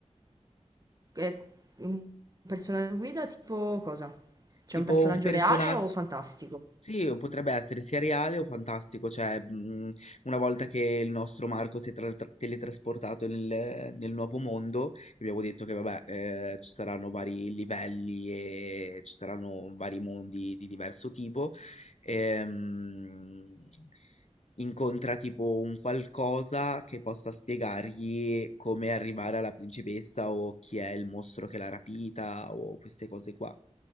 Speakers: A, on the right (about 30°); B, on the left (about 65°).
A: E un personaggio guida tipo cosa? C'è
B: tipo
A: un personaggio
B: un personaggio
A: reale o fantastico?
B: Sì, potrebbe essere sia reale o fantastico, cioè mh, una volta che il nostro Marco si è tra- tra- teletrasportato nel, nel nuovo mondo, abbiamo detto che vabbè, eh, ci saranno vari livelli e ci saranno vari mondi di diverso tipo, ehm, incontra tipo un qualcosa che possa spiegargli come arrivare alla principessa o chi è il mostro che l'ha rapita o queste cose qua.